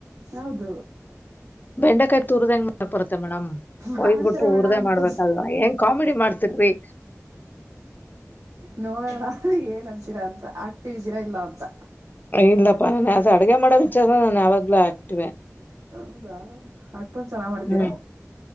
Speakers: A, on the right (about 70°); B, on the left (about 35°).
A: ಹೌದು
B: ಬೆಂಡೆಕಾಯಿ ತುರ್ದ ಹೆಂಗ್ ಮಾಡ್ ಬರುತ್ತೆ ಮೇಡಮ್ ಹೊಯ್ದ್
A: ಮಾಡ್ತಾರ
B: ಬಿಟ್ಟು
A: ಮೇಡಮ್
B: ಉರ್ದೇ ಮಾಡ್ಬೇಕಲ್ವಾ
A: ತುರ್
B: ಹೆಂಗ್ ಕಾಮಿಡಿ ಮಾಡ್ತಿರ್ ೇ
A: ನೋಡೋಣ ಏನ್ ಅಂತೀರಾ ಅಂತ ಆಕ್ಟಿವ್್ದೀರಾ ಇಲ್ಲ ಅಂತ
B: ಇಲ್ಲಪ್ಪಾ ನಾನ ಅದ ಅಡ್ಗೆ ಮಾಡಬೇಕ ಚ ನು ಯಾವಾಗ್ಲೂ ಆಕ್ತಿವೆ
A: ಹೌದಾ ಅಷ್ಟೊಂದ್ ಚೆನ್ನಾಗ್ ಮಾಡ್ತೀರಾ
B: ಹ್ಮ್